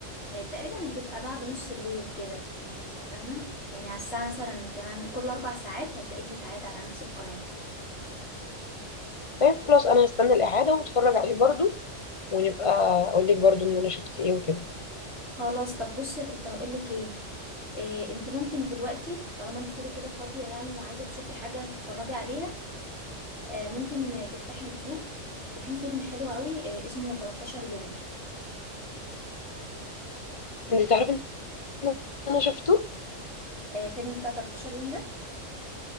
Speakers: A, on the left; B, on the left.
A: آه، تقريبا بتبقى بعد نص الليل كده يعني فاهمة يعني على الساعة مثلا كمان كل أربع ساعات هتلاقيه بيتعاد على نفس القناة
B: طيب خلاص انا هستنى الاعادة واتفرج عليه برضو ونبقى اقول لك برضو ان انا شفت ايه وكده
A: خلاص طب بصي كنت هقولك ايه إيه انت ممكن دلوقتي طالما انت كده كده فاضية يعني وعايزة تشوفي حاجة تتفرجي عليها آه، ممكن آه، تفتحي يوتيوب وفي فيلم حلو قوي آه، اسمه 13 يوم
B: انت تعرفي ان انا شفته
A: آه، الفيلم بتاع 13 يوم ده